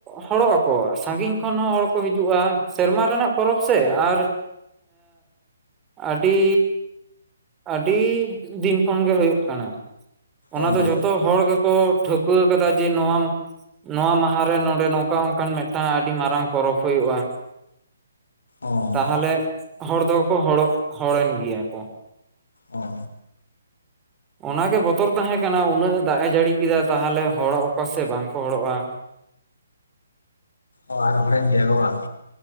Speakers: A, on the right; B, on the left.
A: ᱦᱚᱲᱚᱜ ᱟᱠᱚ ᱥᱟᱺᱜᱤᱧ ᱠᱷᱚᱱ ᱦᱚᱸ ᱦᱚᱲ ᱠᱚ ᱦᱤᱡᱩᱜᱼᱟ ᱥᱮᱨᱢᱟ ᱨᱮᱱᱟᱜ ᱯᱚᱨᱚᱵᱽ ᱥᱮ ᱟᱨ ᱟᱹᱰᱤ ᱟᱹᱰᱤ ᱫᱤᱱ ᱠᱷᱚᱱᱜᱮ ᱦᱩᱭᱩᱜ ᱠᱟᱱᱟ ᱚᱱᱟ
B: ᱚ ᱦᱮᱸ
A: ᱫᱚ ᱡᱷᱚᱛᱚ ᱦᱚᱲ ᱜᱮᱠᱚ ᱴᱷᱟᱹᱣᱠᱟᱹ ᱟᱠᱟᱫᱟ ᱡᱮ ᱱᱚᱣᱟᱢ ᱱᱚᱣᱟ ᱢᱟᱦᱟ ᱨᱮ ᱱᱚᱰᱮ ᱱᱚᱝᱠᱟ ᱚᱱᱠᱟᱱ ᱢᱤᱫᱴᱟᱱ ᱟᱹᱰᱤ ᱢᱟᱨᱟᱝ ᱯᱚᱨᱚᱵᱽ ᱦᱩᱭᱩᱜᱼᱟ,
B: ᱚ
A: ᱛᱟᱦᱚᱞᱮ ᱦᱚᱲ ᱫᱚᱠᱚ ᱦᱚᱲᱚ ᱦᱚᱲᱮᱱ ᱜᱮᱭᱟ ᱠᱚ
B: ᱚ
A: ᱚᱱᱟᱜᱮ ᱵᱚᱛᱚᱨ ᱛᱟᱦᱮᱸ ᱠᱟᱱᱟ ᱩᱱᱟᱹᱜ ᱫᱟᱜ ᱮ ᱡᱟᱹᱲᱤ ᱠᱮᱫᱟ ᱛᱟᱦᱚᱞᱮ ᱦᱚᱲᱚᱜ ᱟᱠᱚ ᱥᱮ ᱵᱟᱝᱠᱚ ᱦᱚᱲᱚᱜᱼᱟ,
B: ᱚ ᱟᱨ ᱦᱚᱲᱮᱢ ᱜᱮᱭᱟ ᱵᱟᱝ